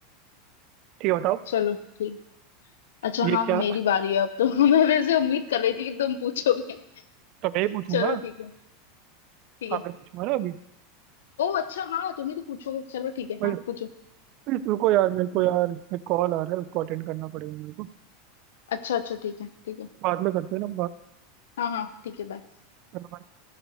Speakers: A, on the right (about 50°); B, on the left (about 85°).
A: ठीक है बताओ
B: चलो ठीक अच्छा
A: ये
B: हाँ
A: क्या
B: मेरी बारी है अब तो <laughs> मैं वैसे उम्मीद कर रही थी कि तुम पूछोगे
A: तो मैं ही पूछूंगा
B: चलो ठीक है ठीक
A: हाँ
B: है
A: मैं पूछूंगा ना अभी
B: ओ अच्छा हाँ तुम ही तो पूछोगे चलो ठीक है
A: भाई
B: हाँ पूछो
A: भाई रुको यार मेरे को यार एक कॉल आ रहा है उसको अटेंड करना पड़ेगा मेरे को
B: अच्छा अच्छा ठीक है ठीक है
A: बाद में करते हैं ना
B: हाँ हाँ ठीक है बाय
A: बात